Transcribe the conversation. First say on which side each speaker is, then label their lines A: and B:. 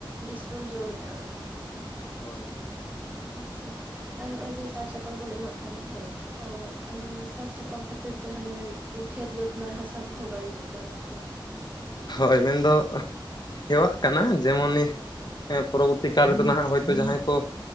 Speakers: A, on the right (about 20°); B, on the left (about 55°).
A: ᱵᱤᱥ ᱵᱚᱱ ᱡᱚᱢᱮᱫᱼᱟ
B: ᱦᱳᱭ
A: ᱟᱪᱪᱷᱟ ᱟᱨ ᱱᱚᱜ ᱚᱭ ᱡᱮ ᱥᱟᱨ ᱪᱟᱯᱟᱞ ᱵᱚᱱ ᱮᱢᱟᱜ ᱠᱟᱱᱟ ᱦᱳᱭ ᱟᱨ ᱚᱱᱟ ᱥᱟᱨᱥᱪᱟᱯᱟᱞ ᱠᱷᱟᱹᱛᱤᱨ ᱛᱮ ᱦᱟᱱᱮ ᱠᱷᱮᱛ ᱵᱟᱹᱫᱽ ᱨᱮᱱᱟᱜ ᱦᱟᱥᱟ ᱠᱚᱦᱚᱸ ᱵᱟᱹᱲᱤᱡᱚᱜ ᱠᱟᱱᱟ ᱥᱮ
B: ᱦᱳᱭ ᱢᱮᱱᱫᱚ ᱦᱮᱣᱟᱜ ᱠᱟᱱᱟ ᱡᱮᱢᱚᱱᱤ
A: ᱦᱳᱭ ᱦᱳᱭ
B: ᱮ ᱯᱚᱨᱚᱵᱚᱨᱛᱤ ᱠᱟᱞ ᱨᱮᱫᱚ ᱱᱟᱜ ᱦᱭᱛᱳ ᱡᱟᱦᱟᱸᱭ ᱠᱚ